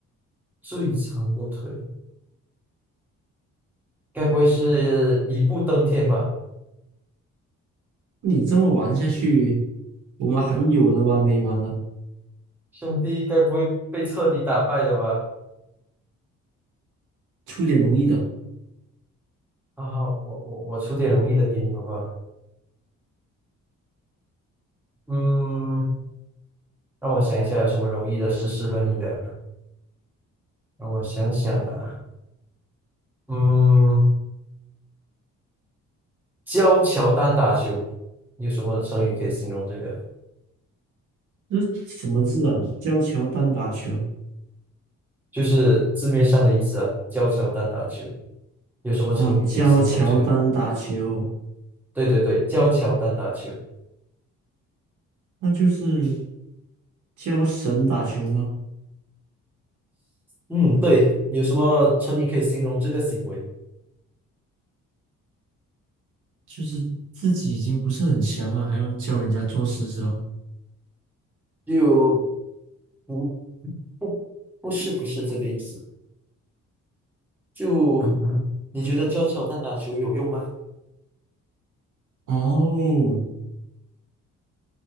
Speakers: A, in the centre; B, on the right.
A: 最长的腿，该不会是一步登天吧？
B: 你这么玩下去，我们还有的玩没完了？
A: 兄弟该不会被彻底打败了吧？
B: 出点容易的。
A: 啊好，我我我出点容易的给你，好不好？嗯，让我想一下有什么容易的是适合你的。让我想想啊，嗯，教乔丹打球，有什么成语可以形容这个？
B: 这是什么字啊？教乔丹打球
A: 就是字面上的意思啊，教乔丹打球，有什么成语可以形容这个？
B: 哦，教乔丹打球，
A: 对对对，教乔丹打球。
B: 那就是教神打球吗？
A: 嗯，对，有什么成语可以形容这个行为？
B: 就是自己已经不是很强了，还要教人家做事是吧？
A: 就不不不是不是这个意思。就嗯嗯你觉得教乔丹打球有用吗？
B: 哦，